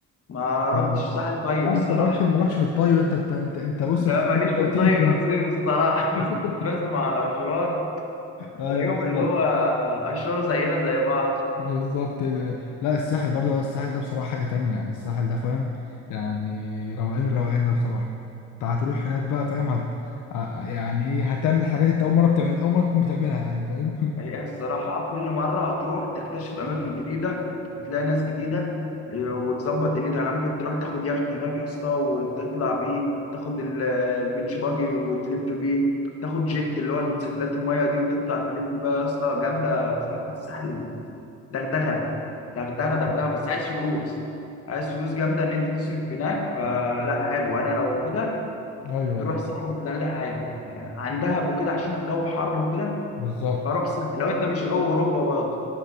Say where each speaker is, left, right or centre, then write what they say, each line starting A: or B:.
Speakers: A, on the left (about 50°); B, on the left (about 75°).
A: ما
B: يعني
A: رحتش
B: بت-
A: ساحل طيب
B: يعني
A: الصراحه
B: انت مالكش مالكش في الطيب انت انت انت, انت بص
A: لا
B: انت في
A: ماليش
B: التنطيط
A: في الطيب
B: انت
A: نصيب الصراحه
B: <laughs>
A: <laughs> بس كنت بنزل مع الاشرار بلاقيهم
B: ايوه بالظبط
A: اللي هو اشرار زينا زي بعض
B: بالظبط ده. لا الساحل برضو الساحل ده بصراحة حاجة تانية يعني الساحل ده فاهم يعني روقان الروقان ده بصراحة انت هتروح هناك بقى فاهم هت... ع- يعني ايه هتعمل حاجات انت أول مرة بتعمل أول مرة تكون بتعملها يعني فاهم <laughs>
A: هي الصراحة كل مرة هتروح تكتشف أماكن جديدة وتلاقي ناس جديدة إيه، وتظبط دنيتك يعني ممكن تروح تاخد يخت هناك يا اسطى وتطلع بيه تاخد ال- البيتش باجي وتلف بيه تاخد جيت اللي هو الموتوسيكلات المية دي وتطلع تلف بقى يا اسطى جامدة بصراحة الساحل دغدغة دغدغة دغدغة
B: ايوه
A: بس عايز فلوس عايز فلوس جامدة إن أنت تصرف هناك فلا حلو أنا لو كده
B: ايوه
A: تروح
B: أيوة،
A: ساحل السنة دي عادي يعني عن دهب وكده عشان الجو حر وكده
B: بالظبط
A: فروح ساحل لو أنت مش جو أوروبا برضه